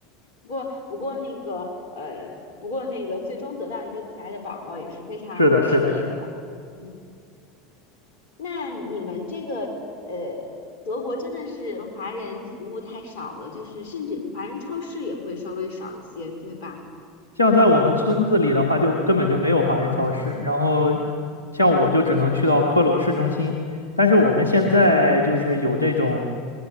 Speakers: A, on the left (about 55°); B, on the left (about 85°).
A: 不过，不过那个，呃，不过那个，最终得到一个可爱的宝宝也是非常值得的啦。
B: 是的，是的，是的。
A: 嗯，那你们这个，呃，德国真的是华人服务太少了，就是甚至华人超市也会稍微少一些，对吧？
B: 像在我们村子里的话，就根本就没有华人超市。然后，像我就只能去到科隆市中心。但是我们现在就是有这种，